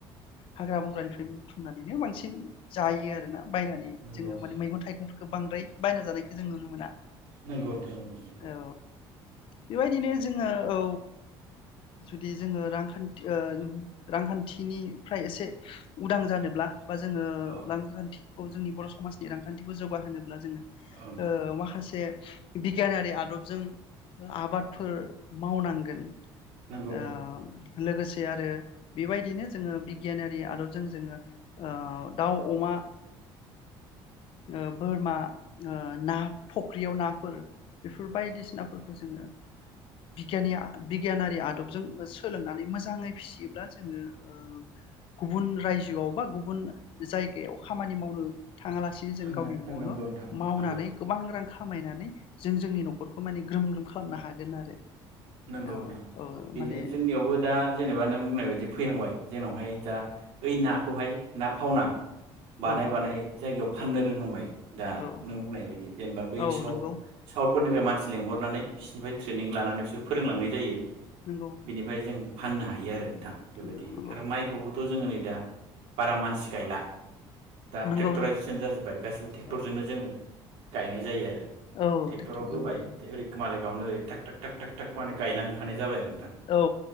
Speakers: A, on the left; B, on the right.
A: हाग्रा बंग्रानिफ्राय बुथुमनानैनो बांसिन जायो आरोना बायनानै
B: नंगौ
A: जोङो
B: नोंथां
A: माने मैगं थाइगं बांद्राय बायना जानायखो जों नुनो मोना
B: नंगौ नोंथां नंगौ नंगौ
A: औ बेबायदिनो जोङो औ जुदि जोङो रांखान्थि ओ रांखान्थिनिफ्राय एसे उदां जानोब्ला बा जोङो
B: औ
A: रांखान्थि खौ जोंनि बर' समाजनि रांखान्थिखौ जौगाहोनो अब्ला जोंङो
B: औ नोंथां
A: माखासे बे बिगियानारि आदबजों आबादफोर मावनांगोन
B: नंगौ
A: ओ
B: नोंथां
A: लोगोसे आरो बेबायदिनो जोङो बिगियानारि आदबजों जोङो ओ दाउ अमा ओ बोरमा ओ ना फख्रियाव नाफोर बेफोर बायदिसिनाफोरखौ जोङो बिगियानि बिगियानारि आदबजों सोलोंनानै मोजाङै फिसियोब्ला जोङो ओ गुबुन रायजोआव बा गुबुन जायगायाव खामानि मावनो थाङालासिनो जों
B: थांनो
A: गावनि न'आवनो
B: नंगौ नोंथां
A: मावनानै
B: नंगौ
A: गोबां रां खामायनानै जों जोंनि न'खरखौ माने ग्रोम ग्रोम खालामनो हागोन आरो
B: नोंगौ
A: औ
B: नोंथां
A: औ
B: बेनो
A: माने
B: जोंनियावबो दा जेनेबा नों बुंनाय बायदि फैहांबाय जोंनावहाय दा ओइ नाखौहाय ना फावना बानाय
A: औ
B: बानाय जायगायाव फाननो रोंहांबाय। दा
A: औ
B: नों बुंनाय बायदि जेनेबा बै
A: औ
B: साउथ
A: नंगौ
B: साउथफोरनिफ्राय मान सि लेंहरनानै बिसोरनिफ्राय ट्रेनिं लानानै बिसोर फोरोंलांनाय जायो।
A: नंगौ
B: बिनिफाय जों फाननो हायो आरो नोंथां बेबायदि
A: नंगौ
B: आरो माइखौबोथ' जोङो नै दा बारा मानसि गायला। दा
A: नंगौ
B: टेक्टराइजेसन
A: नंगौ
B: जाजोबबाय गासिबो टेक्टरजोंनो
A: औ
B: जोङो गायनाय जायो आरो
A: औ
B: टेक्टराव
A: ट्रेक्टरजों
B: होबाय
A: गायो
B: ओरै मालाय गावनो ओरै थाग थाग थाग थाग थाग माने गायलांखानाय जाबाय आरो
A: औ